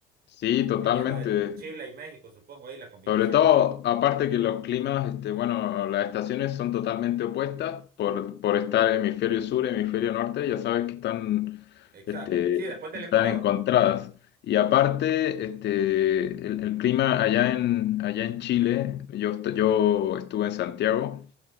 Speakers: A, on the left (about 65°); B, on the right (about 50°).
A: Sí, totalmente.
B: Viniendo de Chile y México, supongo, ahí la combinación,
A: Sobre todo,
B: ¿no?
A: aparte que los climas, este, bueno, las estaciones son totalmente opuestas por, por estar hemisferio sur, hemisferio norte, ya sabes que están,
B: Exacto.
A: este,
B: Sí, después
A: están
B: del Ecuador,
A: encontradas.
B: ¿no?
A: Y aparte, este, el, el clima allá en, allá en Chile, yo, est- yo estuve en Santiago,